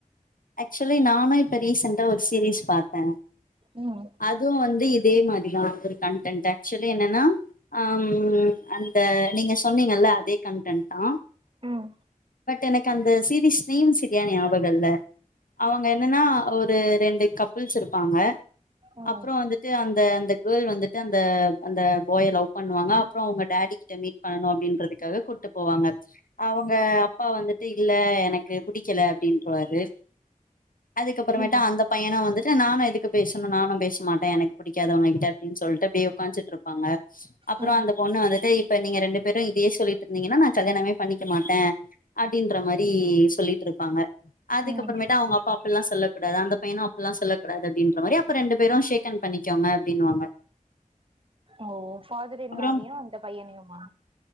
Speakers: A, on the left; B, on the right.
A: ஆக்சுலி நானு இப்ப ரீசண்டா ஒரு சீரிஸ் பார்த்தே
B: ம்
A: அதுவும் வந்து இதே மாரி ஆ கன்டன்ட் ஆக்சுவலி என்னன்னா ஆ ம் அந்த நீங்க சொன்னீங்கல்ல அதே கன்டன்ட் தா
B: ம்
A: எனக்கு அந்த சீரீஸ் நேம் சரியா ஞாபக இல்ல அவங்க என்னன்னா ஒரு ரெண்டு கப்புள்ஸ் இருப்பாங்க
B: ம்
A: அப்புற வந்துட்டு அந்த அந்த கேர்ள் வந்துட்டு அந்த அந்த பாய லவ் பண்ணுவாங்க அப்புறம் அவங்க டேடி கிட்ட மீட் பண்ணணும் அப்படின்றதுக்காக கூட்டு போவாங்க அவுங்க ப்ப வந்துட்டு இல்ல எனக் கு பிடிக்கல அப்டின்றவாரு அதுக்கப்புறமேட்டு
B: ம்
A: அந்த பையனம் வந்துட் ட நானு எதுக்கு பேசணும் நானு பேச மாட்டே எனக் பிடிக்காத அவங்ககிட்ட அப்டின் சொல்ட்டு அப்டியே உக்காஞ்ச்சுட்டு இருப்பாங்க அப்புறம்
B: ம்
A: அந்த பொண்ணு வந்துட்டு இப்ப நீங்க ரெண்டு பேரும் இ டியே சொல்லிட்டு இருந்தீங்கன்னா நா கல்யாணமே பண்ணிக் க்க மாட்டே அப்டின்ற மாரி சொல்லிட்டுருப்பாங்க அதுக்கப்புறமேட்டு
B: ம்
A: அவுங்க அப்பா அப்ல்லா சொல்லக்கூடாது அந் ந்த பையனம் அப்பெல்லா சொல்லக்கூடாது அப்டின்ற மாரி அப்ப ரெண்டு பேரும் ஷேக். ஹேண்ட் பண்ணிக்கோங்க அப்டின்னுவாங்க
B: ஓ. ஓ ஃபாதர் இன்
A: அப்புறோ
B: லாவையும் அந்த பையனிம்மா